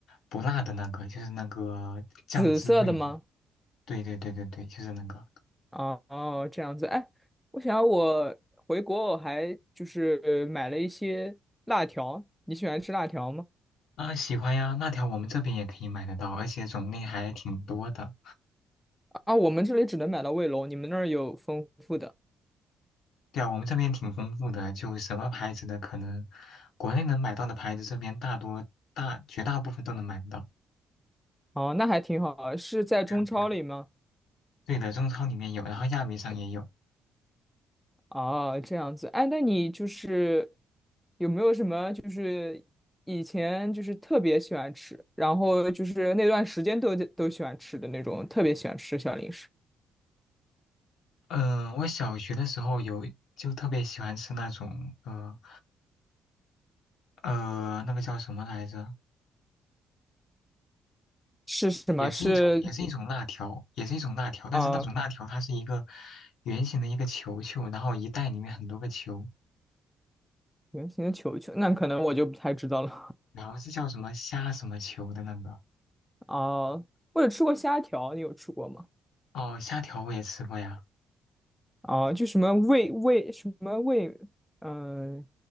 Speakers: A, on the left; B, in the centre.
A: 不辣的那个，就是那个酱汁味的。
B: 紫色的吗？
A: 对对对对对，就是那个。
B: 哦哦，这样子。哎，我想我回国我还就是买了一些辣条，你喜欢吃辣条吗？
A: 啊，喜欢呀，辣条我们这边也可以买得到，而且种类还挺多的。
B: 啊，我们这里只能买到卫龙，你们那儿有丰富的。
A: 对啊，我们这边挺丰富的，就什么牌子的可能国内能买到的牌子，这边大多大绝大部分都能买得到。
B: 哦，那还挺好啊，是在中超里吗？
A: 对啊对啊，对的，中超里面有，然后亚米上也有。
B: 哦，这样子。哎，那你就是有没有什么就是以前就是特别喜欢吃，然后就是那段时间都都喜欢吃的那种特别喜欢吃的小零食
A: 嗯、我小学的时候有，就特别喜欢吃那种呃呃那个叫什么来着？
B: 是什么？
A: 也是一种，
B: 是
A: 也是一种辣条，也是一种辣条，但是那种辣条它是一个
B: 啊，呃
A: 圆形的一个球球，然后一袋里面很多个球，
B: 圆形的球球，那可能我就不太知道了。
A: 然后是叫什么虾什么球的那个。
B: <laughs> 哦，我有吃过虾条，你有吃过吗？
A: 哦，虾条我也吃过呀，
B: 啊，就什么魏魏什么魏，嗯、